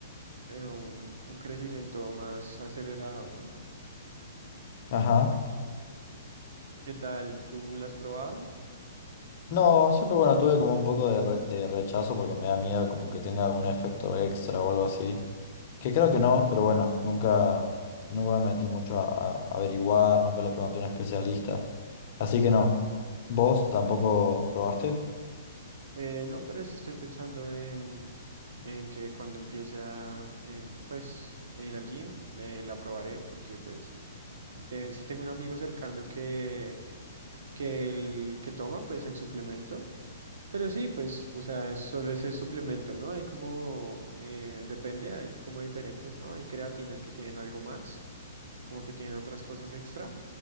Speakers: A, on the right; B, on the left.
A: eh, un, un crecimiento más acelerado, ¿no?
B: Ajá.
A: ¿Qué tal? ¿Tú la has probado?
B: No, siempre bueno, tuve como un poco de, re- de rechazo porque me da miedo como que tenga un efecto extra o algo así. Que creo que no, pero bueno, nunca, nunca me metí mucho a, a averiguar, nunca le pregunté a un especialista. Así que no. ¿Vos tampoco probaste?
A: Eh, no, pero sí estoy pensando en, en que cuando empiece a, em, pues, a ir al gym, eh, la probaré porque pues... Te- sí tengo un amigo cercano que, que el que toma, pues el suplemento. Pero sí, pues, o sea, es- solo es el suplemento, ¿no? Hay como, eh, depende, hay como diferentes, ¿no? Hay creatinas que tienen algo más, como que tienen otras cosas extra,